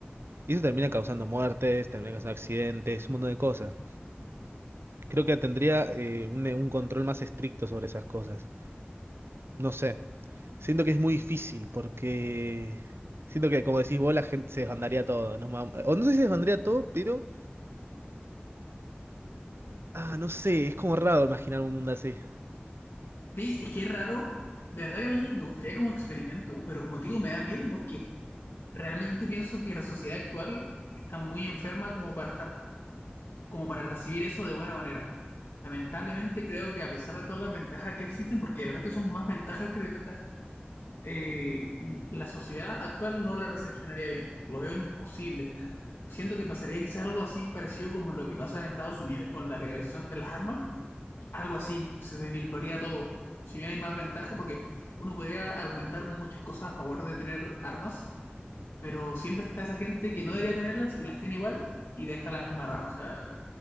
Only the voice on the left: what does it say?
Sí, es que es raro. De verdad que a mí me gustaría como experimento, pero como te digo, me da miedo porque realmente pienso que la sociedad actual está muy enferma como para estar, como para recibir eso de buena manera. Lamentablemente creo que a pesar de todas las ventajas que existen, porque de verdad que son más ventajas que desventajas, eh, la sociedad actual no la recepcionaría bien. Lo veo imposible. Siento que pasaría quizás algo así parecido como lo que pasa en Estados Unidos con la legalización de las armas. Algo así, que se desvirtuaría todo. Si bien hay más ventaja, porque uno podría argumentar muchas cosas a favor de tener armas pero siempre está esa gente que no debería tenerlas y las tiene igual y deja las embarradas, o sea,